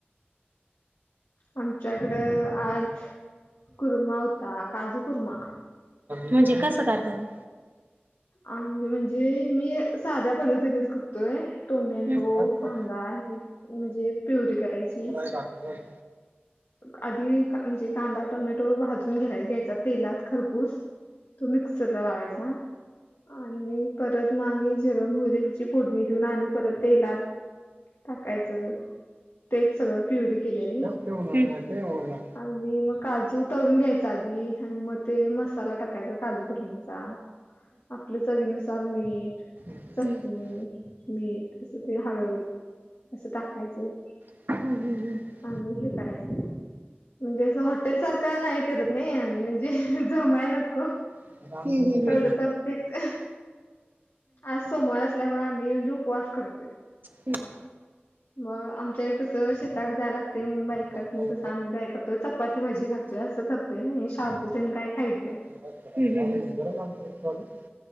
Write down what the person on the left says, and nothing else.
आमच्याकडं आज कुरमा होता काजू कुर्मा
आ म्हणजे मी साध्या पद्धतीनेच करतोय टोमॅटो
कांदा हेचि म्हणजे प्युरी करायची
आधी म्हणजे कांदा टोमॅटो भाजून घेय घ्यायचा तेलात खरपूस तो मिक्सरला लावायचा आणि परत मग आणि जिरं मोहरीची फोडणी देऊन आणि परत तेलात टाकायचं तेच सगळं प्युरी केलेली
आणि मग काजू तळून घ्यायचा आधी आणि मग ते मसाला टाकायचा काजूकरीचा. आपल्या चवी नुसार मीठ
चटणी, मीठ असं ते हळद असं टाकायचं.
<unintelligible> म्हणजे असं हॉटेल सारखा नाही करत नाही आम्ही म्हणजे जमाय नको
एवढं परफेक्ट आज सोमवार असल्यामुळे आम्ही म्हणजे उपवास करतोय.
मग आमच्याकडे कसं शेताकडे जाय लागते म्हणून बा एकाच नाही
कसं आम्ही काय करतो चपाती भाजी खातो. ते असं
करतोय नाही शाबू तेन काही खात नाही.